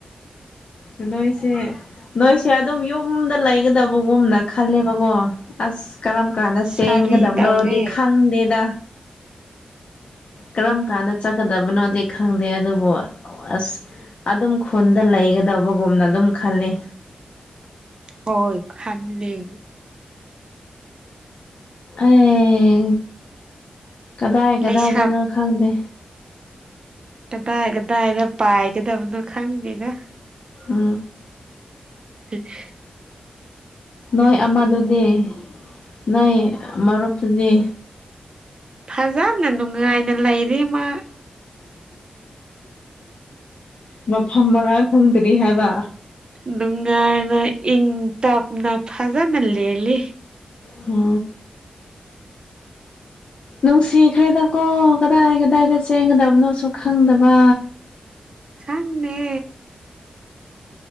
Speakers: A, on the left; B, on the right.
A: ꯎ ꯅꯣꯏꯁꯦ ꯅꯣꯏꯁꯦ ꯑꯗꯨꯝ ꯌꯨꯝꯗ ꯂꯩꯒꯗꯕꯒꯨꯝꯅ ꯈꯜꯂꯦꯕꯀꯣ ꯑꯁ ꯀꯔꯝ ꯀꯥꯟꯗ ꯆꯦꯟꯒꯗꯕꯅꯣꯗꯤ
B: ꯁꯥꯔꯤ ꯇꯧꯋꯦ
A: ꯈꯪꯗꯦꯗ ꯀꯔꯝ ꯀꯥꯟꯗ ꯆꯠꯀꯗꯕꯅꯣꯗꯤ ꯈꯪꯗꯦ ꯑꯗꯨꯕꯨ ꯑꯁ ꯑꯗꯨꯝ ꯈꯨꯟꯗ ꯂꯩꯒꯗꯕꯒꯨꯝꯅ ꯑꯗꯨꯝ ꯈꯜꯂꯤ
B: ꯍꯣꯏ ꯈꯥꯟꯂꯤ
A: ꯑꯦ ꯀꯗꯥꯏ ꯀꯗꯥꯏꯗꯅꯣ
B: ꯂꯩꯁꯥꯞ
A: ꯈꯪꯗꯦ
B: ꯀꯗꯥꯏ ꯀꯗꯥꯏꯗ ꯄꯥꯏꯒꯗꯕꯅꯣ ꯈꯪꯗꯦꯅ
A: ꯎ
B: <unintelligible>
A: ꯅꯣꯏ ꯑꯃꯗꯨꯗꯤ ꯅꯣꯏ ꯃꯔꯨꯞꯇꯨꯗꯤ
B: ꯐꯖꯅ ꯅꯨꯡꯉꯥꯏꯅ ꯂꯩꯔꯤꯃ
A: ꯃꯐꯝ ꯃꯔꯥꯡ ꯈꯪꯗ꯭ꯔꯤ ꯍꯥꯏꯕ
B: ꯅꯨꯡꯉꯥꯏꯅ ꯏꯪ ꯇꯞꯅ ꯐꯖꯅ ꯂꯩꯜꯂꯤ
A: ꯍ ꯅꯨꯡꯁꯤꯈ꯭ꯔꯦꯗꯀꯣ ꯀꯗꯥꯏ ꯀꯗꯥꯏꯗ ꯆꯦꯟꯒꯗꯕꯅꯣꯁꯨ ꯈꯪꯗꯕ
B: ꯆꯗꯦ